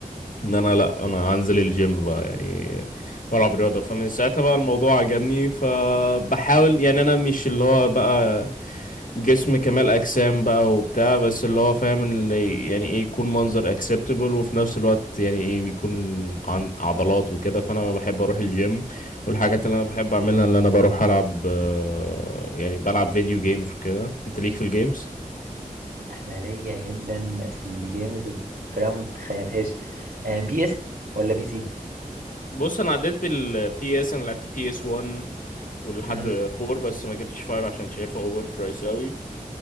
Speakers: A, on the left (about 65°); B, on the right (about 80°).
A: ان انا لا انا انزل الجيم بقى يعني والعب رياضه فمن ساعتها بقى الموضوع عجبني فبحاول يعني انا مش اللي هو بقى جسم كمال اجسام بقى وبتاع بس اللي هو فاهم اللي يعني ايه يكون منظر اكسبتبل وفي نفس الوقت يعني ايه بيكون عن عضلات وكده فانا بحب اروح الجيم والحاجات اللي انا بحب اعملها اللي انا بروح العب آه، يعني بلعب فيديو جيمز وكده انت ليك في الجيمز
B: انا ليا جدا في الجيمز بطريقه ما تتخيلهاش آه بي اس ولا بي سي
A: بص انا عديت بالبي اس انا لعبت بي اس 1 ولحد
B: امم
A: فور بس ما جبتش فايف عشان شايفها اوفر برايس قوي